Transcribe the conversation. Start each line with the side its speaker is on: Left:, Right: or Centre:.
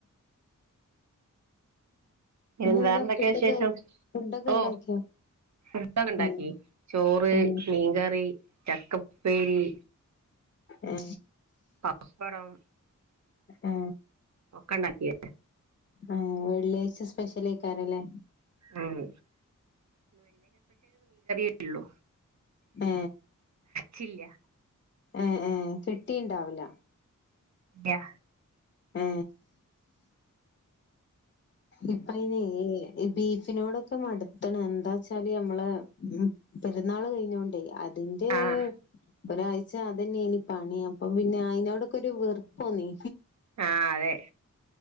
Right: പിന്ന
Left: ഇന്നെന്താ
Right: വേറെന്തൊക്കെയാ
Left: ഫുഡൊക്കെ
Right: വിശേഷം
Left: ഫുഡൊക്കെ
Right: ഓ
Left: ഉണ്ടാക്കിയോ
Right: ഫുടൊക്കെ ഉണ്ടാക്കി
Left: ഏഹ്
Right: ചോറ്
Left: ഏഹ്
Right: മീൻകറി ചക്കപ്പേരി
Left: ഏ
Right: പപ്പടം
Left: ഏ
Right: പ്പണ്ടാക്കി
Left: ഏ വെള്ളിയാഴ്ച സ്പെഷ്യൽ ആയിക്കാരല്ലേ
Right: ഉം ഉള്ളു
Left: ആ
Right: ചില്ല
Left: എ ഏ കിട്ടിയിണ്ടാവില്ല
Right: ഇല്ല
Left: ആ ഇപ്പ അയിന് ഈ ബീഫിനോടൊക്കെ മടുത്തണ് എന്താ വച്ചാല് നമ്മള പെരുന്നാൾ കഴിഞ്ഞോണ്ടേ തിന്റെ
Right: ആഹ്
Left: ഒരാഴ്ച അതന്നെയ്നി പണി അപ്പൊ പിന്നെ അയിനോടൊക്കെ ഒരു വെറുപ്പോന്നി
Right: ആ അതെ